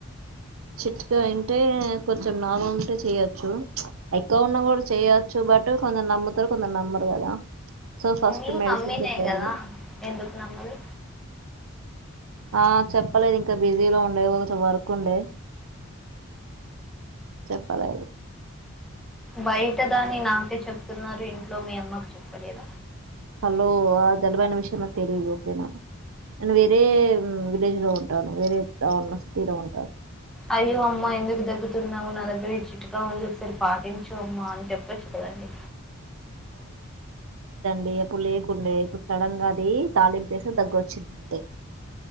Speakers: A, on the right (about 70°); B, in the centre.
A: చిట్కా అంటే. కొంచెం నార్మల్ ఉంటే చేయొచ్చు. ప్చ్ ఎక్కువ ఉన్నా కూడా చేయొచ్చు బట్ కొందరు నమ్ముతారు కొందరు నమ్మరు. కదా. సో ఫస్ట్
B: మీ
A: మెడిసిన్
B: మమ్మినే
A: తో ట్రై
B: కదా
A: చేయి
B: ఎందుకు నమ్మదు.
A: ఆహ్ చెప్పలేదు ఇంకా బిజీలో ఉండేది కొంచెం వర్క్ ఉండే. చెప్పలేదు.
B: బయటదాని నాకే చెప్తున్నారు ఇంట్లో మీ అమ్మకు చెప్పలేర.
A: హలో ఆ జలుబైనా విషయమ్ నాకు తెలిదు ఓకేనా. నేను వేరే విలేజ్ లో ఉంటాను వేరే టౌన్ లో సిటీలో ఉంటాను.
B: అయ్యో అమ్మ ఎందుకు దగ్గుతున్నావు నా దగ్గర ఈ చిట్కా ఉంది ఒకసరి. పాటించు అమ్మా అని చెప్పొచ్చు కదండి.
A: లే అప్పుడు లేకుండే ఇప్పుడు సడన్గా అది. తాలీంపేస్తే దగ్గొచింది అంతే